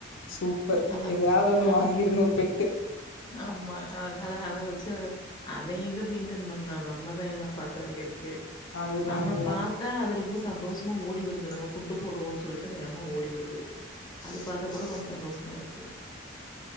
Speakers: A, on the left; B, on the left.
A: சூப்பர்
B: அத
A: எதா ஒண்ணு
B: அத
A: வாங்கிர்ணோ பெட்டு
B: ஆமா அதனால அத வச்சு அத அத எங்க மெயின்டென் பண்றா நம்ம தா எல்லா பாக்க வேண்டிருக் க்கு
A: அதுதா
B: நம்மள
A: அதுதா
B: பாத்தா அது ரொம்ப சந்தோஷமா ஓடி வருது நம்ம ஃபுட்டு் போடுவோன்னு சொல்லிட்டு வேகமா ஓடி வருது அது பாத்த கூட கொஞ்சோ சந்தோஷமா இருக்கு